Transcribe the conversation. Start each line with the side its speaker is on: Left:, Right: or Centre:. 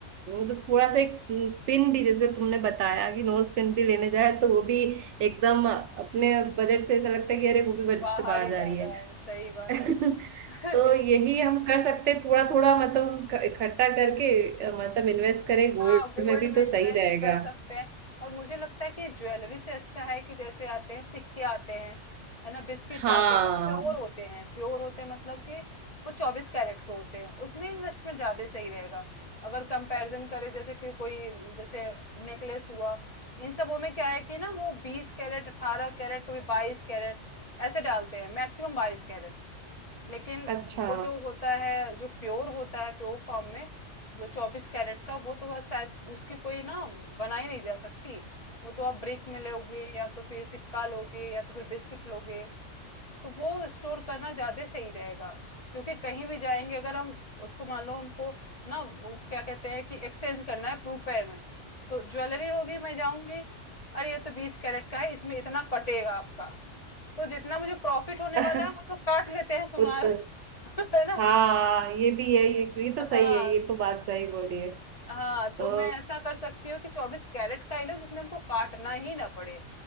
Right: मतलब थोड़ा सा एक पिन भी जैसे तुमने बताया कि नोज पिन भी लेने जाए तो वो भी एकदम अपने बजट से ऐसा लगता है कि अरे वो भी बजट
Left: बाहर
Right: से बाहर
Left: ही
Right: जा
Left: जा
Right: रही है
Left: रहा है
Right: <laughs>
Left: सही बात है <laughs>
Right: तो यही हम कर सकते हैं थोड़ा थोड़ा मतलब हम इकट्ठा करके मतलब इन्वेस्ट करें गोल्ड
Left: हाँ गोल्ड
Right: में भी
Left: में
Right: तो
Left: इन्वेस्ट
Right: सही रहेगा
Left: कर सकते हैं और मुझे लगता है कि ज्वेलरी से अच्छा है कि जैसे आते हैं सिक्के आते हैं है ना बिस्किट्स
Right: हाँ
Left: आते हैं वो प्योर होते हैं प्योर होते हैं मतलब कि वो चौबीस कैरेट के होते हैं उसमें इन्वेस्टमेंट ज्यादा सही रहेगा अगर कंपैरिजन करें जैसे कि कोई म, जैसे नेकलेस हुआ इन सबों में क्या है कि ना वो बीस कैरेट अठारह कैरेट कभी बाईस कैरेट ऐसे डालते हैं मैक्सिमम बाईस कैरेट लेकिन
Right: अच्छा
Left: वो जो होता है जो प्योर होता है प्योर फॉर्म में जो चौबीस कैरेट का वो तो बस शायद उसकी कोई ना बनाई नहीं जा सकती वो तो आप ब्रिक में लोगे या तो फिर सिक्का लोगे या तो फिर बिस्किट लोगे तो वो स्टोर करना ज्यादा सही रहेगा क्योंकि कहीं भी जाएंगे अगर हम उसको मान लो हमको ना वो क्या कहते हैं कि एक्सचेंज करना है रुपए में तो ज्वेलरी होगी मैं जाऊंगी अरे ये तो बीस कैरेट का है इसमें इतना कटेगा आपका तो जितना मुझे प्रॉफिट होने
Right: <laughs>
Left: वाला है वो तो काट लेते हैं सुनार
Right: उत्तर
Left: <laughs> है ना
Right: हाँ ये भी है ये ये तो सही
Left: हाँ
Right: है ये तो बात सही बोली है
Left: हाँ
Right: तो
Left: तो मैं ऐसा कर सकती हूँ कि चौबीस कैरेट का ही लो जिसमें उनको काटना ही ना पड़े